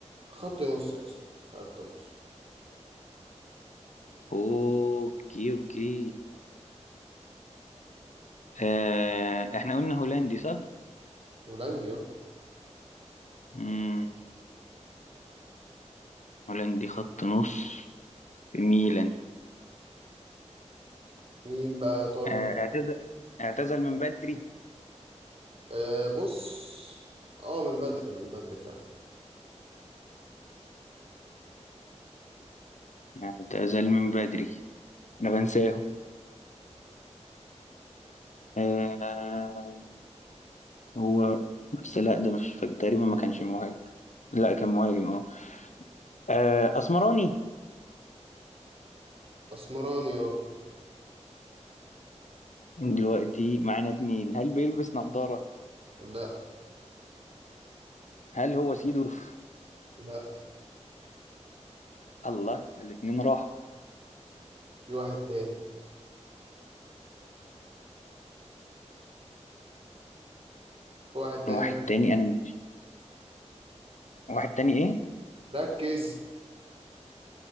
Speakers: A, on the right; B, on the left.
A: خط نص يا اسطى خط نص
B: اوكي اوكي آه، احنا قلنا هولندي صح
A: هولندي اه
B: مم. هولندي خط نص في ميلان
A: مين بقى يا ترى
B: آه، اعتزل اعتزل من بدري
A: أه بص اه من بدري من بدري فعلا
B: اعتزل من بدري انا بنساه آه، هو بس لا ده مش فاكر تقريبا ما كانش مهاجم لا كان مهاجم اه آه، اسمراني
A: اسمراني اه
B: دلوقتي معانا اتنين هل بيلبس نظارة
A: لا
B: هل هو سيدورف
A: لا
B: الله ده الاتنين راحوا
A: في واحد تاني في واحد تاني
B: واحد
A: ركز
B: تاني انا واحد تاني ايه
A: ركز